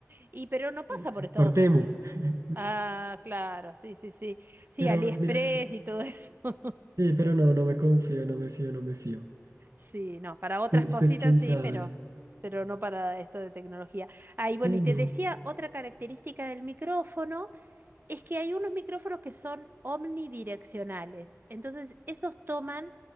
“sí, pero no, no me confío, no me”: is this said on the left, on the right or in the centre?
Right